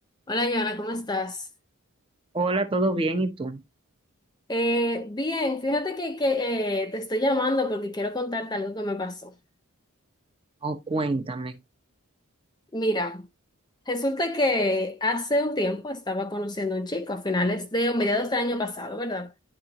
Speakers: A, on the left; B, on the right.
A: Hola, Joana, ¿cómo estás?
B: Hola, ¿todo bien? ¿Y tú?
A: Eh, bien, fíjate que, que, eh, te estoy llamando porque quiero contarte algo que me pasó.
B: Oh, cuéntame.
A: Mira, resulta que hace un tiempo estaba conociendo a un chico a finales de o mediados del año pasado, ¿verdad?